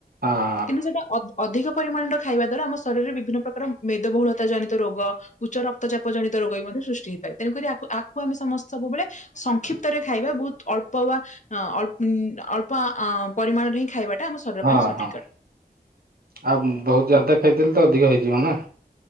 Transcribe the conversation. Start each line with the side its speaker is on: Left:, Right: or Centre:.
Right: ହଁ
Left: କିନ୍ତୁ ସେଟା ଅଧିକ ପରିମାଣ ର ଖାଇବା ଦ୍ଵାରା ଆମ ଶରୀରରେ ବିଭିନ୍ନ ପ୍ରକାର ମେଦବହୁଳତା ଜନିତ ରୋଗ ଉଚ୍ଚ ରକ୍ତଚାପ ଜନିତ ରୋଗ ବି ମଧ୍ୟ ସୃଷ୍ଟି ହେଇପାରେ। ତେଣୁକରି ଆକୁ ଆମେ ସମସ୍ତେ ସବୁବେଳେ ସଂକ୍ଷିପ୍ତରେ ଖାଇବା ବହୁତ ଅଳ୍ପ ବା ଅ ଅଳ ଅଳ୍ପ ପରିମାଣରେ ହିଁ ଖାଇବାଟା ଶରୀର
Right: ହଁ
Left: ପାଇଁ ସଠିକ
Right: ହଁ
Left: ଅଟେ
Right: ଆଉ ବହୁତ ଯାଦା ଖାଇଦେଲେ ତ ଅଧିକ ହେଇଯିବ ନା।